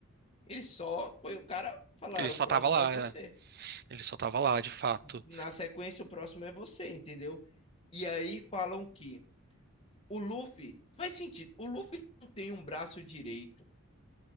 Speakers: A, on the left; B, on the right.
A: Ele só foi o cara falar,
B: Ele só
A: o próximo
B: tava lá,
A: é você.
B: é. ele só tava lá, de fato.
A: Na sequência, o próximo é você, entendeu? E aí falam que o Luffy faz sentido. O Luffy não tem um braço direito